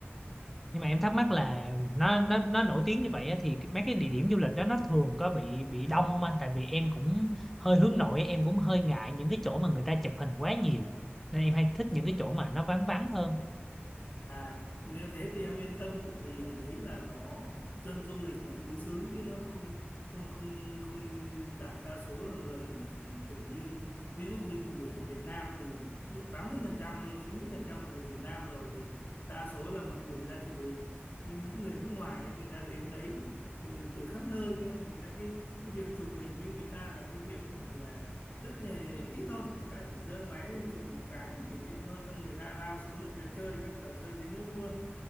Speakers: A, in the centre; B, on the left.
A: nhưng mà em thắc mắc là nó nó nó nổi tiếng như vậy á, thì cái- mấy cái địa điểm du lịch đó nó thường có bị bị đông không anh tại vì em cũng hơi hướng nội em cũng hơi ngại những cái chỗ mà người ta chụp hình quá nhiều nên em hay thích những cái chỗ mà nó vắng vắng hơn
B: à nếu thế thì em yên tâm tự vì ở đấy là nó dân du lịch là tứ xứ chứ nó không không không không đại đa số là người kiểu như ví dụ như vùng biển ở Việt Nam thì ví dụ 80% hay 90% là người Việt Nam rồi thì đa số là mọi người ra chụp hình nhưng những người nước ngoài ấy, người ta đến đấy ừ, từ khắp nơi cho nên là người ta cái cái việc chụp hình với người ta là cái việc gọi là rất là ít thôi người ta chỉ giơ máy lên chụp một cái làm kỷ niệm thôi xong người ta lao xuống người ta chơi các trò chơi dưới nước luôn